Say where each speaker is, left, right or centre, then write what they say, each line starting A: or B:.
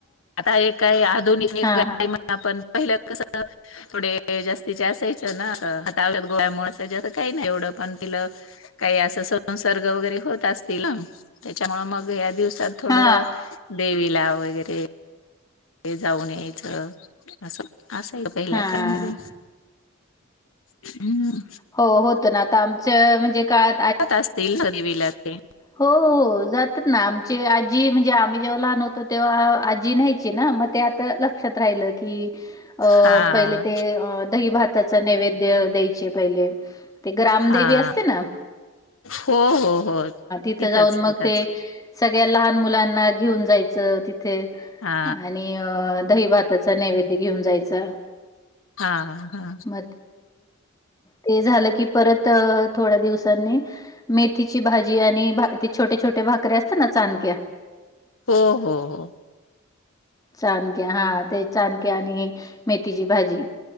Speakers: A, on the left (about 70°); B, on the left (about 15°).
A: आता एक काही आधुनिक निा
B: हा हा
A: आपण पहिल्या कस थोडे जास्तीचे असायचं ना हातावत गोळ्यामुळेळ असस्त काही नाही एवढं पण तिलं काही अस संसर्ग वगैरे होत असतील त्याच्यामुळे मग या दिवसात थोड
B: हा
A: देवीला वगैरे हे जाऊन यायचं असं असंय का पहिल्या
B: हा
A: काळमध्ये हं
B: हो होत ना आता आमचं म्हणजे काय
A: अस सरी वल्या ते
B: हो जातात ना आमची आजी म्हणजे आम्ही जेव्हा लहान होतो तेव्हा आजी न्यायची ना मग लक्षात राहि क
A: हा
B: पहि भाताचा नैवेद्य द्यायचे पहिले ते ग्रामदेवी
A: हा
B: असते ना
A: हो हो हो
B: तिथे
A: तिथंच
B: जाऊन
A: तिथंच
B: मग ते सगळ्या लहान मुलांना घेऊन जायचं तिथे
A: हा
B: आणि अ दही भाताचा नैवेद्य घेऊन जायचं
A: हा हा
B: म ते झालं की परत थोड्या दिवसांनी मेथीची भाजी आणि ते छोटे छोटे भाके असतात ना चचाानक्या
A: हो हो हो
B: चाणक्या हा ते चादक्या आणि मेथीची भाजी